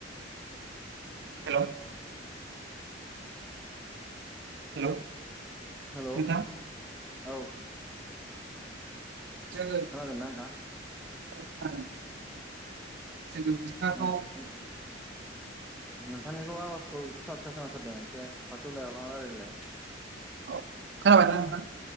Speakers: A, on the right; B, in the centre.
A: हेल' हेल' नोंथां
B: हेल' औ
A: जोङो
B: खोनादोंना नोंथां?
A: <inaudible> मिथिंगाखौ
B: <inaudible> नोंथांनिखौ आवाजखौ फिसा फिसा खोनाथारदों एसे खाथियाव लाना रायलायलाइ
A: औ खोनाबायना नोंथां